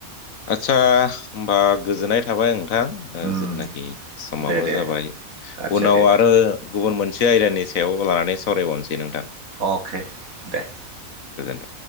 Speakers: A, on the left; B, on the right.
A: आदसा होमबा गोजोननाय थाबाय ओं
B: उम,
A: जिथुनाखि समाबो
B: दे दे
A: जाबाय
B: आदसा
A: उनाव
B: दे
A: आरो गुबुन मोनसे ए आयदानि सायाव लानानै सावरायबावनोसै नोंथां
B: अके दे
A: गोजोन्थों